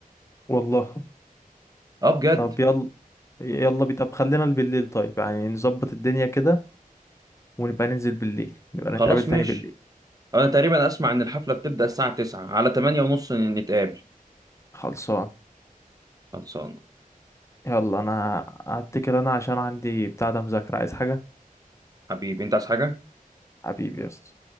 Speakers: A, on the left (about 20°); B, on the right (about 25°).
A: والله
B: اه بجد
A: طب يلا يلا بي طب خلينا بالليل طيب يعني نظبط الدنيا كده ونبقى ننزل بالليل نبقى نتقابل
B: خلاص
A: تاني
B: ماشي
A: بالليل
B: انا تقريبا اسمع ان الحفلة بتبدأ الساعة 9 على 8 ونص نتقابل
A: خلصان
B: خلصان
A: يلا انا هتكل انا عشان عندي بتاع ده مذاكرة عايز حاجة
B: حبيبي انت عايز حاجة
A: حبيبي يا اسطى